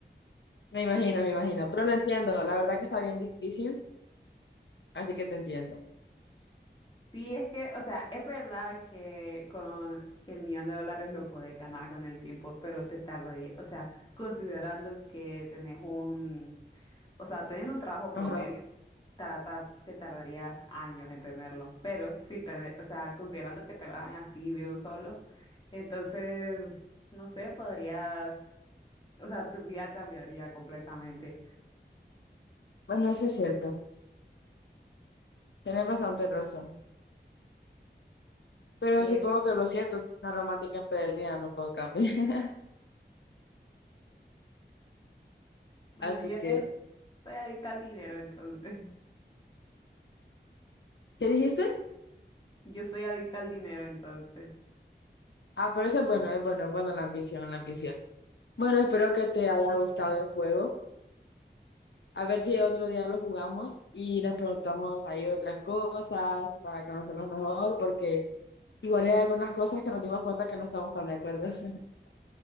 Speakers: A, on the left; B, on the left.
A: Me imagino,
B: Mm,
A: me imagino, pero lo entiendo. La verdad que está bien difícil, así que te entiendo.
B: Sí, es que, o sea, es verdad que con que el millón de dólares lo podés ganar con el tiempo, pero te tardaría, o sea, considerando que tenés un, o sea, teniendo un trabajo promedio,
A: Ajá.
B: ta- ta- te tardarías años en tenerlo. Pero si te, o sea, considerando que te lo hagan así de un solo Entonces, no sé, podrías, o sea, tu vida cambiaría completamente.
A: Bueno, eso es cierto. Tienes bastante razón. Pero
B: Y
A: supongo
B: ahí,
A: que lo siento, es una romántica empedernida, no puedo cambiar. <laughs>
B: bueno,
A: Así
B: yo
A: que,
B: no soy adicta al dinero, entonces,
A: ¿qué dijiste?
B: <laughs> yo soy adicta al dinero, entonces.
A: Ah, pero eso es bueno, es bueno, es bueno la ambición, la ambición. Bueno, espero que te haya gustado el juego. A ver si otro día lo jugamos y nos preguntamos ahí otras cosas para conocernos mejor, porque igual hay algunas cosas que nos dimos cuenta que no estamos tan de acuerdo. <laughs>